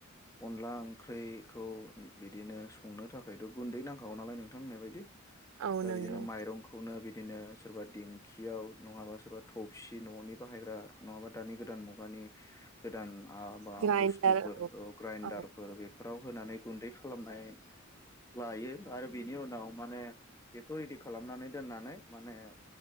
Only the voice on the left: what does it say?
अनला ओंख्रिखौ बिदिनो संनो थाखायथ' गुन्दै नां नांखागौ नालाय नोंथां होननाय बायदि
दा
बिदिनो माइरंखौनो बिदिनो सोरबा दिंखियाव नंङाबा सोरबा थबसि न'नि बाहायग्रा नंङाबा दानि गोदान मुगानि गोदान आ बा
बुस्थुफोर
ओ ग्रेइन्दारफोर
बेफोराव होनानै गुन्दै खालामनाय लायो आरो बिनि उनाव माने बेखौ रेडि खालामनानै दोननानै माने